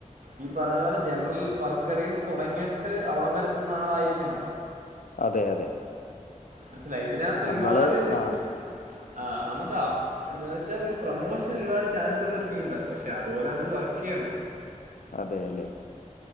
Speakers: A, on the right; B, on the left.
A: ഈ പറഞ്ഞപോലെ ജനറൽ വർക്കറിന്ന് തുടങ്ങിയിട്ട് അവിടംവരെഎത്തുന്ന ആളായിരിക്കണം.
B: അതെ അതെ
A: മനസിലായി ഇതിനകത്ത്
B: നമ്മൾ
A: ഒരുപാട് ച്ച്.
B: ആ
A: ആ നമുക്ക് എന്ന് വെച്ചാൽ ഒരു പ്രൊമോഷൻ ഒരുപാട് ചാൻസ് ഉള്ള ഒരു ഫീണ്ടാ പക്ഷെ അതുപോലെ നമ്മൾ വർക്ക് ചെയ്യ ണം.
B: അതെ അല്ലെ.